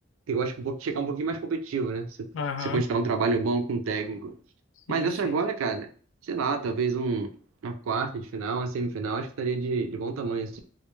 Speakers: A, on the right (about 75°); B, on the left (about 65°).
A: eu acho que um pouco, chegar um pouquinho mais competitivo, né? Se,
B: aham,
A: se continuar um trabalho bom com o técnico.
B: sim,
A: Mas essa
B: sim.
A: agora, cara, sei lá, talvez um, uma quarta de final, uma semifinal, acho que estaria de, de bom tamanho, assim.